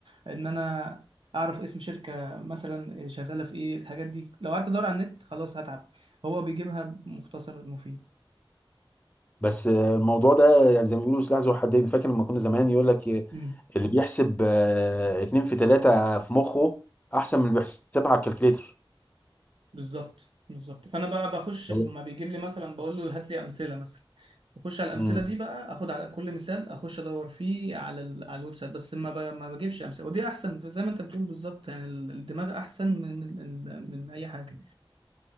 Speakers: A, on the right; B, on the left.
A: ان انا اعرف اسم شركه مثلا شغاله في ايه الحاجات دي لو قعدت ادور على النت خلاص هتعب هو بيجيبها مختصر مفيد
B: بس الموضوع ده يعني زي ما بيقولوا سلاح ذو حدين فاكر لما كنا زمان يقول لك
A: امم
B: اللي بيحسب آه، اتنين في تلاتة في مخه احسن من اللي بيحسبها على الكالكليتر
A: بالظبط بالظبط فانا بقى بخش لما
B: أيوة.
A: بيجيب لي مثلا بقول له هات لي امثله مثلا بخش على الامثله
B: مم.
A: دي بقى اخد على كل مثال اخش ادور فيه على ال... على الويب سايت بس ما ب... ما بجيبش امثله ودي احسن زي ما انت بتقول بالظبط يعني ال- الدماغ احسن من ال... ال- من اي حاجه